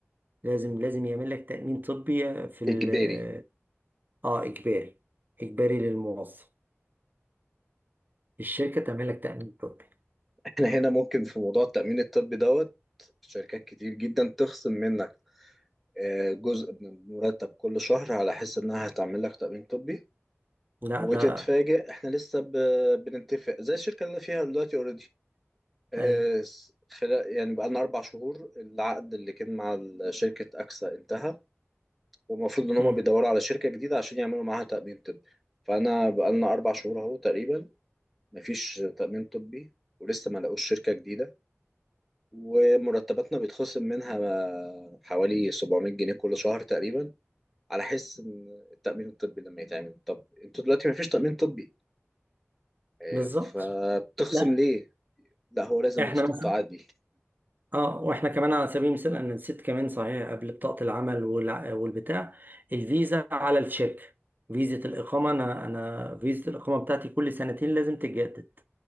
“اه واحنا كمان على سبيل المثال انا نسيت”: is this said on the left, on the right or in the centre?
Right